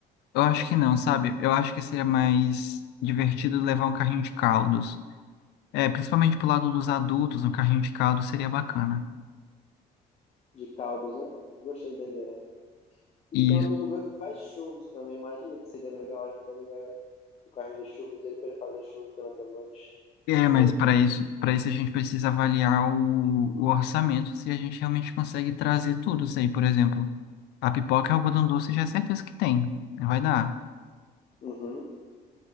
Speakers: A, on the left; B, on the left.
A: Eu acho que não, sabe? Eu acho que seria mais divertido levar um carrinho de caldos. É, principalmente pro lado dos adultos, um carrinho de caldos seria bacana.
B: De caldos, né? Gostei da ideia. E
A: E
B: tem um amigo meu que faz churros também. Imagina que seria legal a gente alugar o carrinho de churros dele para ele fazer churros durante a noite
A: é,
B: inteira.
A: mas para isso, para isso a gente precisa avaliar o, o orçamento, se a gente realmente consegue trazer tudo isso aí, por exemplo. A pipoca e o algodão doce já é certeza que tem, né? vai dar.
B: Uhum,